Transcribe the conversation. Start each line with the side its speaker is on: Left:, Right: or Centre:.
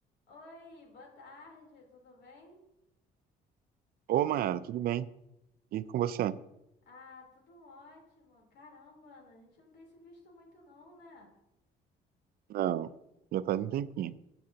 Left: Oi, boa tarde, tudo bem?
Right: Ô, Mayara, tudo bem? E com você?
Left: Ah, tudo ótimo. Caramba, Ana, a gente não tem se visto muito não, né?
Right: Não, já faz um tempinho.